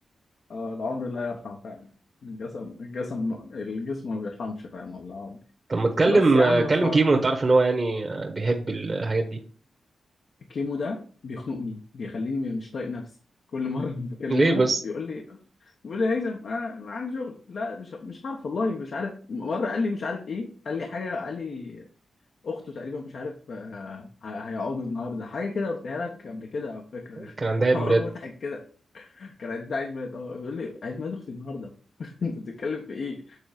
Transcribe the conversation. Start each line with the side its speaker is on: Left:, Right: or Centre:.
Left: اه العمر لا يرحم فعلا الجسم الجسم الجسم ما بيرحمش فعلا والله العظيم.
Right: طب ما تكلم
Left: بس يا
Right: آه،
Left: عم
Right: كلم
Left: ف
Right: كيمو انت عارف ان هو يعني آه، بيحب الحاجات دي
Left: الكيمو ده بيخنقني بيخليني مش طايق نفسي كل مره <laughs> بكلمه
Right: ليه بس
Left: يقول لي بيقول لي يا هيثم آه أنا عندي شغل لا مش مش عارف والله مش عارف مره قال لي مش عارف ايه قال لي حاجه قال لي اخته تقريبا مش عارف آه ه- هيقعدوا النهارده حاجه كده قلتها لك قبل كده على فكره
Right: كان
Left: <laughs>
Right: عندها عيد
Left: حوار
Right: ميلاد
Left: مضحك كده كان عيد ده عيد ميلاد اه بيقول لي عيد ميلاد اختي النهارده <laughs> انت بتتكلم في ايه